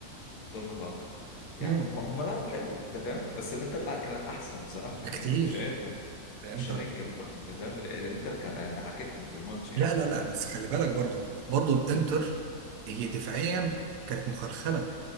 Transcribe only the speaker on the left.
غير متوقع يعني
هم هم لعبوا حلو انت فاهم بس الانتر لا كانت احسن بصراحه
يعني
مش هنكر
مش هننكر برضه انت فاهم ال- الانتر كان دعكتهم في الماتش يعني
ما.